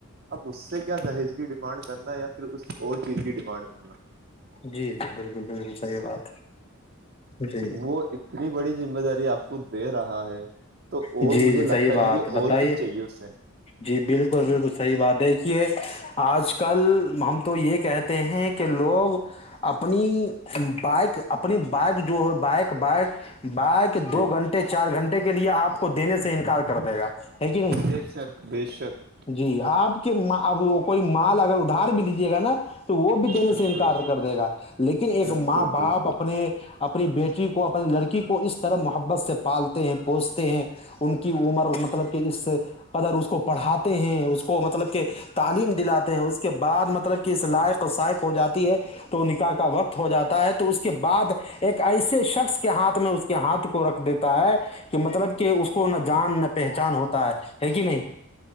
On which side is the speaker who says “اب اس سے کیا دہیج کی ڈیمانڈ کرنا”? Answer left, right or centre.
Right